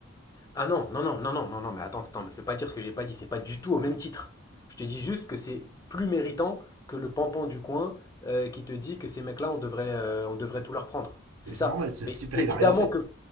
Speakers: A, on the left; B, on the right.
A: Ah non, non, non, non, non, non, non, mais attends, attends, me fais pas dire ce que j'ai pas dit, c'est pas du tout au même titre. Je te dis juste que c'est plus méritant que le pampan du coin euh, qui te dit que ces mecs-là, on devrait, euh, on devrait tout leur prendre. C'est
B: Et puis
A: ça.
B: c'est normal, ce type-là,
A: Mais évidemment
B: il a rien fait.
A: que,